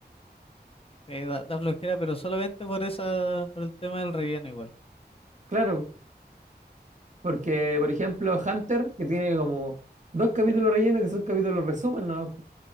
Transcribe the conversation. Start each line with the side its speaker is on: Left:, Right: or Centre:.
Left: Eh, da, da flojera, pero solamente por esa, por el tema del relleno igual.
Right: Claro, porque por ejemplo Hunter, que tiene como dos capítulos rellenos que son capítulos resumen, ¿no?